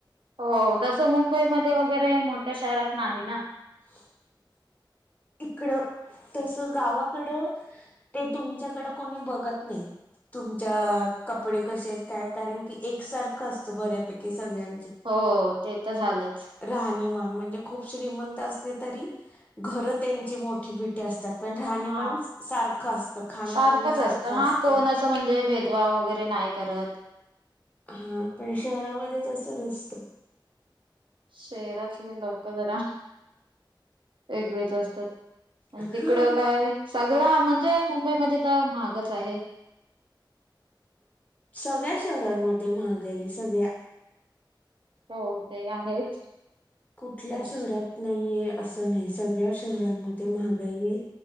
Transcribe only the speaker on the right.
हो तसं मुंबईमध्ये वगैरे मोठ्या शहरात नाही ना.
हो
हो ते तर झालंच.
हा
सारखंच
हा
कोण असं म्हणजे भेदभाव वगैरे नाही करत.
शहरातले लोक जरा, वेगळेच असतात. आणि
तिकडं काय, सगळा म्हणजे मुंबईमध्ये तर महागच आहे.
हो ते आहेच.
पण